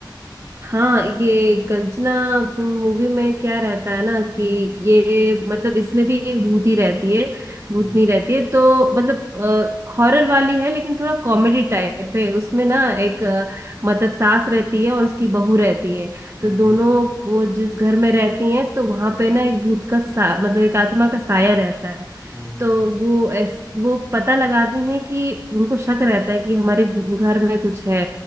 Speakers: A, on the right; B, in the centre.
A: हाँ ये कंचना मूवी में क्या रहता है ना कि ये मतलब इसमें भी एक भूत ही रहती है भूतनी
B: हम्म
A: रहती है तो मतलब हॉरर वाली है लेकिन थोड़ा कॉमेडी टाइप है उसमें ना एक अ, मतलब सास रहती है और उसकी बहू रहती है
B: हम्म
A: तो दोनों वो जिस घर में रहती हैं तो वहां पे ना एक भूत का सा मतलब एक आत्मा का साया रहता है
B: हम्म हम्म
A: तो वो ऐस, वो पता लगाती हैं कि उनको शक रहता है कि हमारे घर में कुछ है